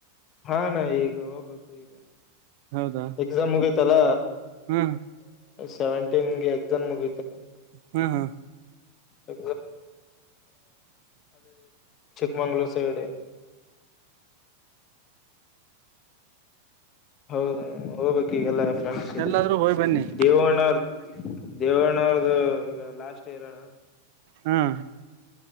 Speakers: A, on the left (about 30°); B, on the right (about 50°).
A: ಹಾ ನಾ ಈಗ ಬೇಕೇಕು ಈಗ
B: ಹೌದಾ
A: ಎಕ್ಸಾಮ್ ಮುಗಿತಲ್ಲ
B: ಹ್ಮ
A: ಸೆವೆಂಟೀನ್ಗೆ ಎಕ್ಸಾಮ್ ಮುಗ
B: ಹ್ಮ್ ಹ್ಮ್
A: ಅ ಚಿಕ್ಕಮಂಗಳೂರು ಎೇಳ ಹೌದು ಹೋಗ್ು ಈಗೆಲ್ಲ ಫ್ರೆಂಡ್ಸ್
B: ಎಲ್ಲಾದ್ರೂ ಹೋಯ್ ಬನ್ನಿ
A: ದೇವಣ್ಣ ಅವ್ರ ದೇವ್ಣ ಅವ್ರದು ಈಗ ಲಾಸ್ಟ್ ಏರೋಣ
B: ಹ್ಮ್